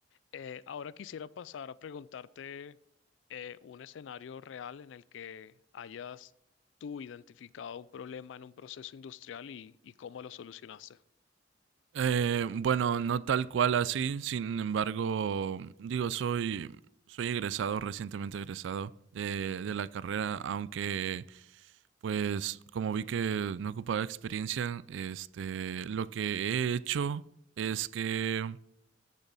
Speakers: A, on the left; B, on the right.
A: Eh, ahora quisiera pasar a preguntarte eh, un escenario real en el que hayas tú identificado un problema en un proceso industrial y, y cómo lo solucionaste.
B: Eh, bueno, no tal cual así, sin embargo, digo, soy, soy egresado, recientemente egresado de, de la carrera, aunque pues como vi que no ocupaba experiencia, este, lo que he hecho es que